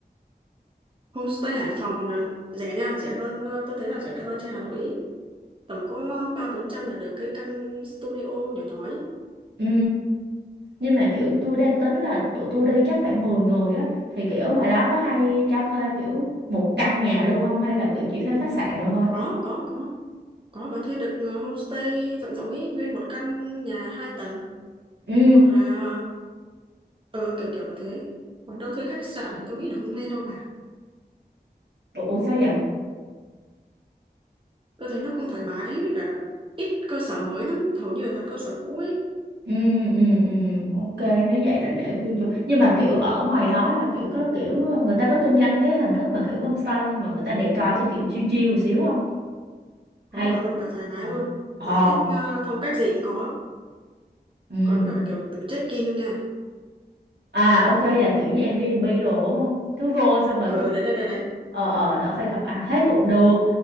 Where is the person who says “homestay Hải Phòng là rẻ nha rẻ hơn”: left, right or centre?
Right